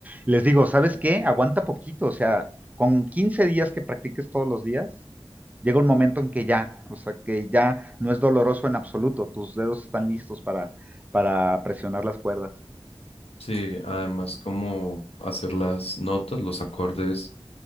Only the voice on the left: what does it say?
sí, además como hacer las notas, los acordes,